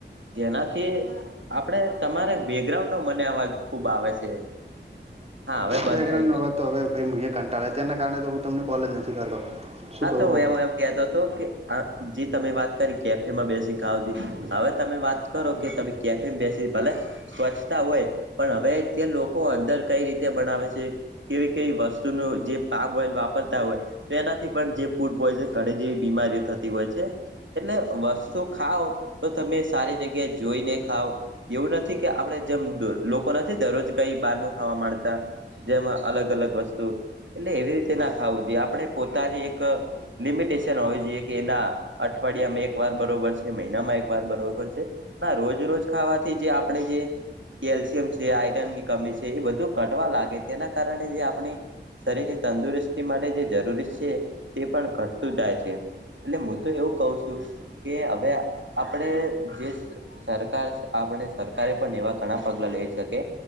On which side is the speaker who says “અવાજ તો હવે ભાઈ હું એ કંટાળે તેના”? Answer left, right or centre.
Right